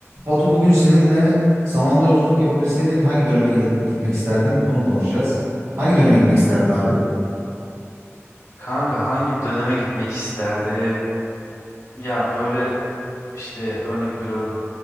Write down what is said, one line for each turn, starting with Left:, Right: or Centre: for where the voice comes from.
Right: Batu bugün seninle zamanda yolculuk yapabilseydin hangi döneme gide- gitmek isterdin? Bunu konuşacağız. Hangi döneme gitmek isterdin abi?
Left: Kanka hangi döneme gitmek isterdim? Ya böyle işte örnek veriyorum